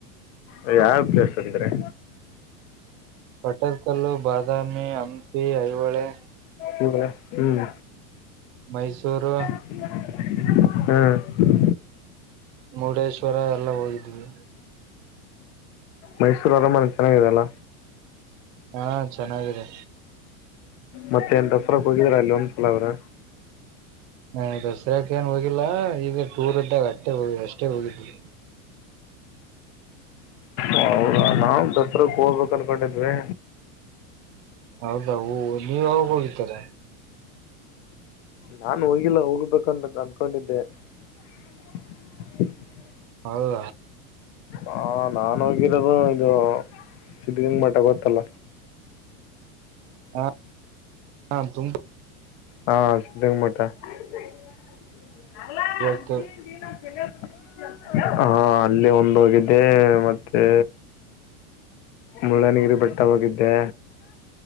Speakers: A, on the left (about 55°); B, on the right (about 55°).
A: ಅದೇ ಯಾವ ಪ್ಲೇಸ್ಗಿಹೋಗಿದ್ರಿ..
B: ಪಟ್ಟದ ಕಲ್ಲು ಬಾದಾಮಿ ಹಂಪಿ ಐಹೊಳೆ.
A: ಅಂದ್ರ್ ಹ್ಹ್ಮ
B: ಮೈಸೂರು
A: ಹ್ಮ್
B: ಮುರುಡೇಶ್ವರ ಎಲ್ಲ ಹೋಗಿದ್ವಿ
A: ಮೈಸೂರು ಅರಮನೆ ಚೆನ್ನಾಗಿದೆಲ್ಲ
B: ಹಾ ಚೆನ್ನಾಗಿದೆ.
A: ಮತ್ತೆ ಎನ್ ದಸರಕ್ ಹೋಗಿದ್ರಾ ಅಲ್ಲಿ ಒಂದ್ಸಲ ಅದ್ರ್
B: ಹ ದಸರಕ ಏನ್ ಹೋಗಿಲ್ಲಾ ಈಗ ಟೂರ್ ಇದ್ದಾಗ ಅಷ್ಟೇ ಹೋಗ ಅಷ್ಟೇ ಹೋಗಿದ್ವಿ
A: ಹೌದಾ ನಾವು ದಸ್ರಗ್ ಹೋಗ್ಬೇಕ ಅನ್ಕೊಂಡಿದ್ವಿ
B: ಹೌದ ಹೂ ನೀವ ಯಾವಾಗ ಹೋಗಿತದೆ
A: ನಾನು ಹೋಗಿಲ್ಲ ಹೋಗ್ಬೇಕಂತ ಅನ್ಕೊಂಡಿದ್ದೆ. <unintelligible>
B: ಹೌದಾ
A: ಹ ನಾನ ಹೋಗಿರೋದು ಇದು ಸಿದ್ಧಗಂಗಾ ಮಠ ಗೊತ್ತಲ್ಲ?
B: ಹಾ <inaudible> ಹಂ ತುಂಬ
A: ಹಾ ಸಿದ್ದಗಂಗಾ ಮಠ <unintelligible> ಅಲ್ಲ
B: ಗೊತ್ತು
A: ದಿಡ ದಿಡ ಅಂತಾ <unintelligible> ಹಾ ಅಲ್ಲಿ ಒಂದೋಗಿದ್ದೆ ಮತ್ತೆ. ಮುಳ್ಳನಗಿರಿ ಬೆಟ್ಟ ಹೋಗಿದ್ದೆ.